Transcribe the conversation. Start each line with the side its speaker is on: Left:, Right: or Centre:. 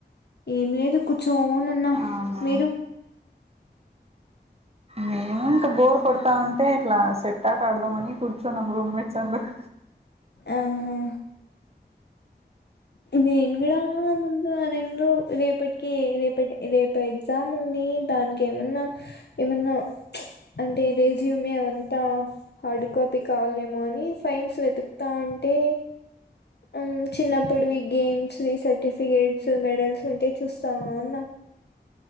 Left: ఏం లేదు కూర్చోనున్నా
Right: అవునా
Left: మీరు
Right: మేము ఇంకా బోర్ కొడతా ఉంటే ఇట్లా సెట్ అట ఆడదామని కూర్చోన్నాం రూమ్మేట్స్ అందరుూ
Left: ఆహా నేను కుడా ఆ ముందు అ రెండు రేపటికి రేపటి రేపు ఎగ్జామ్ ఉంది దానికి ఏమన్నా ఏమన్నా అంటే రెజ్యూమ్ త హార్డ్ కాపీ కాలేమో అని ఫైన్స్ వెతుక్తా అంటే ఉమ్ చిన్న పుడువి గేమ్స్ వి సర్టిఫికేట్స్ మెడల్స్ ఉంటే చుస్తావున్నా